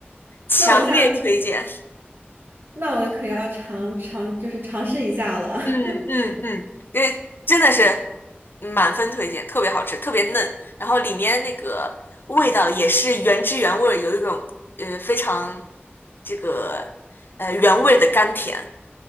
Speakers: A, on the left (about 60°); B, on the right (about 60°).
A: 强烈推荐。
B: 那我下次，那我可要尝尝，就是尝试一下了。
A: 嗯嗯嗯，
B: <laughs>
A: 因为真的是满分推荐，特别好吃，特别嫩，然后里面那个味道也是原汁原味儿，有一种呃非常这个呃原味的甘甜，